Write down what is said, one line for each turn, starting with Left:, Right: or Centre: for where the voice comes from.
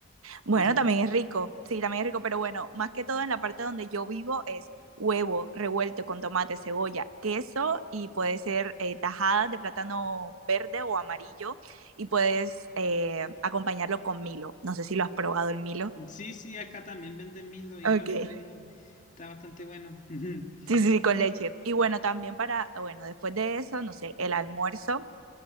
Right: Bueno,
Left: Eso,
Right: también es rico, sí, también es rico, pero bueno, más que todo en la parte donde yo vivo es huevo revuelto con tomate, cebolla, queso y puede ser eh, tajada de plátano verde o amarillo y puedes eh, acompañarlo con Milo. No sé si lo has probado el Milo.
Left: sí, sí, acá también venden Milo, igual
Right: Ok.
Left: es muy- está bastante bueno. <laughs>
Right: Sí, sí, sí, con leche. Y bueno, también para, bueno, después de eso, no sé, el almuerzo